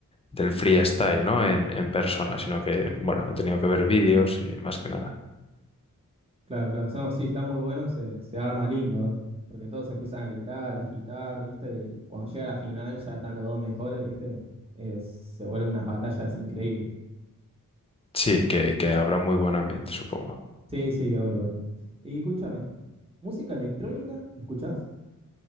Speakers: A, on the left; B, on the right.
A: del freestyle, ¿no? En, en persona, sino que, bueno, he tenido que ver vídeos y más que nada.
B: Claro, claro. No, sí, está muy bueno, se, se arma lindo, ¿eh? porque todos empiezan a gritar, a agitar, ¿viste? Y cuando llega la final ya están los dos mejores, ¿viste? Eh, se vuelven unas batallas increíbles.
A: Sí, que, que habrá muy buen ambiente, supongo.
B: Sí, sí, obvio, obvio. Y escúchame, ¿música electrónica? ¿Escuchás?